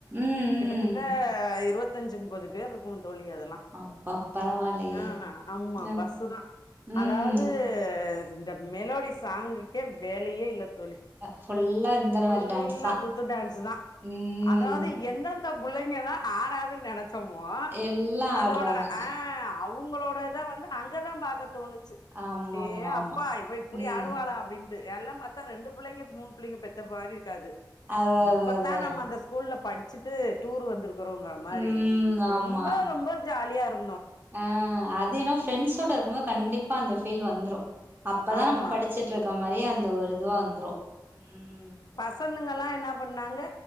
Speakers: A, on the right; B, on the left.
A: ம்
B: கிட்டத்தட்ட
A: ம்
B: இருவ த்தஞ்சு முப்பது பேர் இருக்கு தோழி அதெல்லா
A: அப்பா பரவாயில்லையே
B: ஆ ஆமா
A: ம்
B: பஸ்ஸு தா
A: ம்
B: அதாது து இந்த மெலோடி சாங்குக்கே வேலயே இல்லத் தோழி
A: ஃபுல்லா இந்த
B: ஃபுல்லா
A: மாரி டான்ஸ் தா
B: குத்து டான்ஸ் தா
A: ம்
B: அதாது எந்தந் த புள்ளைங்கலா ஆடாதுனு நெனச் சோமோ
A: எல்லா
B: அதோட
A: ஆடுறாங்க
B: ஆ அவுங்களோடத வந்து அங்கதா பாக்க தோணுச்சு
A: ஆமா
B: ஏ
A: ஆமா ஆமா
B: அப்பா இவ இப்டி
A: ம்
B: ஆடுவாளா அப்டின்ட்டு எல்லா பார்த்தா ரெண்டு புள்ளைங்க மூணு புள்ளைங்க பெத்த மாரி இருக்காது
A: அதா
B: இப்பத்தா
A: அதா அதா
B: நம்ம அந்த ஸ்கூல்ல படி ச்சட்டு டூர் வந்திருக்குறோவுங்க மாரி
A: ம் ஆமா
B: ரொம்ப ரொம்ப ஜாலியா ருக்
A: ஆ அது ஏனா ஃப்ரெண்ட்ஸோட இருக்கு போது கண்டிப்பா அந்த ஃபீல் வந்து ரு அப்பதா
B: ஆமா
A: நம்ம படிச்சுட்டு ருக்க மாரியே அந்த ஒரு இதுவா வந்துரு ம்
B: பசனுங்கல்லா என்ன பண்ணாங்க